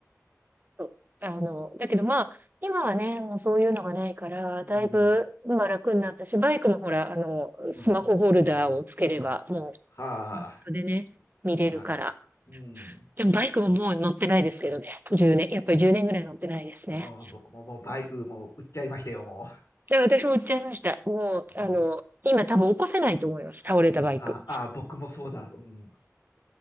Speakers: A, on the right (about 35°); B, on the left (about 60°).
A: そうあの、だけどまあ、今はね、もうそういうのがないから、
B: うん、
A: だいぶ、まあ楽になったし、バイクのほら、あの、スマホホルダーをつければ、
B: うん。
A: も
B: はあ、
A: う、マップでね、見れるから。
B: なるほどな。うん。
A: でもバイクももう乗ってないですけどね。1年、やっぱり10年ぐらい乗ってないですね。
B: もう僕ももうバイクもう売っちゃいましたよ、も
A: で、私も売っちゃいました。もう、
B: う。
A: あの、
B: うん
A: 今多分起こせないと思います。倒れたバイク。
B: ああ、僕もそうだ。うん。